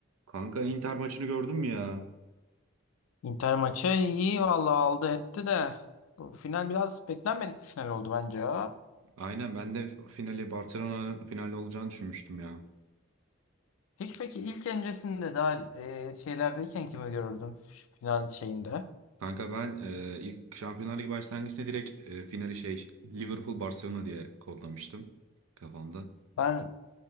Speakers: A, on the right (about 85°); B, on the left (about 75°).
A: Kanka Inter maçını gördün mü ya?
B: Inter maçı iyi vallahi aldı etti de bu final biraz beklenmedik bir final oldu bence ya.
A: Aynen ben de finali Barcelona'nın finali olacağını düşünmüştüm ya.
B: Hiç peki ilk öncesinde daha e, şeylerdeyken kimi görürdüm f- final şeyinde?
A: Kanka ben e, ilk Şampiyonlar Ligi başlangıçta direkt e, finali şey Liverpool Barcelona diye kodlamıştım kafamda.
B: Ben